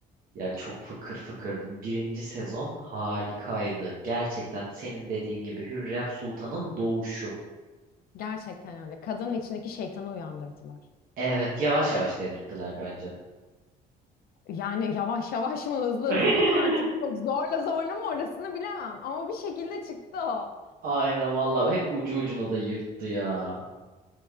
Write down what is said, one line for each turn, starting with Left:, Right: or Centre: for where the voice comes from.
Right: Ya çok fıkır fıkırdım. Birinci sezon harikaydı. Gerçekten senin dediğin gibi Hürrem Sultan'ın doğuşu.
Left: Gerçekten öyle. Kadının içindeki şeytanı uyandırdılar.
Right: Evet yavaş yavaş dedirttiler bence.
Left: Yani yavaş yavaş mı hızlı
Right: <laughs>
Left: hızlı mı artık çok zorla zorla mı orasını bilemem. Ama bir şekilde çıktı o.
Right: Aynen valla hep ucu ucuna da yırttı ya.